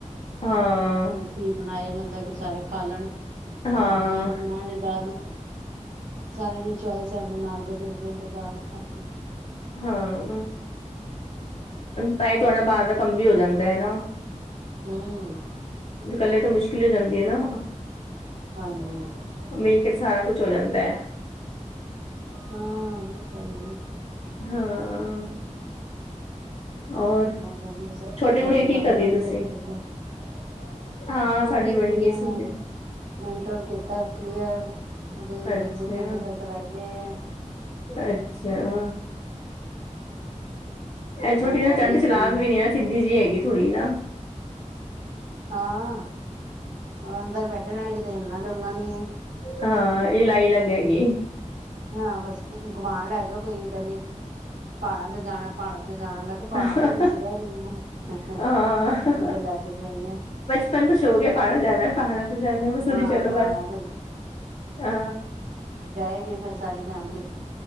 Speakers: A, on the left (about 55°); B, on the right (about 80°).
A: ਹਾਂ।
B: ਕੀ ਬਣਾਏ ਬੰਦਾ ਕਿ ਸਾਰੇ ਖਾ ਲੈਣ ਹੁਣ
A: ਹਾਂ
B: ਅੱਜ ਮਾਂਹ ਦੀ ਦਾਲ। ਸਾਰਿਆਂ ਦੀ ਚੋਇਸ <unintelligible>
A: ਹਾਂ ਤਾਂ ਹੀ ਤੁਹਾਡਾ ਬਾਹਰ ਦਾ ਕੰਮ ਵੀ ਹੋ ਜਾਂਦਾ ਹੈ ਨਾ।
B: ਹੂੰ
A: ਇਕੱਲੇ ਤਾਂ ਮੁਸ਼ਕਿਲ ਹੋ ਜਾਂਦੀ ਐ ਨਾ।
B: ਹਾਂਜੀ,
A: ਮਿਲ ਕੇ ਸਾਰਾ ਕੁਛ ਹੋ ਜਾਂਦਾ।
B: ਹਾਂ ਓ ਤਾਂ ਹੈਈ ਐ।
A: ਹਾਂ, ਔਰ
B: ਆਹ ਵਧੀਆ
A: ਛੋਟੀ
B: ਤੁਹਾਡੀ
A: ਗੁੜੀਆ ਕੀ
B: ਬਣ
A: ਕਰ
B: ਗਈ
A: ਰਹੀ
B: ਹੋਣੀ
A: ਤੁਸੀਂ
B: ਸਬਜ਼ੀ ਸਬਜ਼
A: ਹਾਂ
B: ਛੋਟੀ
A: ਸਾਡੀ ਬਣ
B: ਗੂੜੀਆਂ
A: ਗਈ ਸੁਣਦੇ
B: ਨਾਲ ਇੰਟਰ ਕੀਤਾ ਕਲੀਅਰ ਉਹਦੇ ਦੇਖਦੇ
A: ਅੱਛਾ
B: ਪਏ ਕਿੱਧਰ ਕਰਈਏ
A: ਅੱਛਾ ਹਾਂ, ਇਹ ਛੋਟੀ
B: ਮਹਿੰਗਾਈ
A: ਟੰਢ
B: ਇਤਨੀ
A: ਚਲਾਕ ਵੀ
B: ਹੈ
A: ਨਾ ਸਿੱਧੀ ਜਿਹੀ ਹੈਗੀ ਥੋੜ੍ਹੀ ਨਾ।
B: ਹਾਂ ਉਹ ਅੰਦਰ ਬੈਠੇ ਰਹਿਣਾ ਕਿਤੇ ਹਿੱਲਣਾ ਡੋਲਣਾ ਨੀ ਐ।
A: ਹਾਂ ਇਹ ਲਾਈ ਲੱਗ ਹੈਗੀ।
B: ਹਾਂ ਬਸ ਗੁਵਾਨ ਲੈ ਜਾਓ ਕਈ ਕਹਿੰਦੇ। ਪਹਾੜਾਂ ਤੇ ਜਾਣਾ ਪਹਾੜਾਂ ਤੇ ਜਾਣਾ ਮੈਂ ਕਿਹਾ
A: ਅੱਛਾ
B: ਪਹਾੜਾਂ ਤੇ ਦਸੀ ਰਹਿ <unintelligible>
A: ਹਾਂ।
B: ਕਿੱਥੇ ਲੈ ਕੇ ਜਾਈ ਆ।
A: <unintelligible> ਤਾਂ ਸ਼ੋਕ ਪਹਾੜਾਂ ਤੇ ਜਾਣਾ ਪਹਾੜਾਂ ਤੋਂ ਜਾਣਾ ਮਸੂਰੀ
B: ਹਾਂ
A: ਚਲੋ
B: ਪਹਾੜਾਂ
A: ਬਸ ਅ
B: ਜਾਏਗੀ ਵੀ ਫੇਰ ਸਾਰੀ ਫੈਮਲੀ।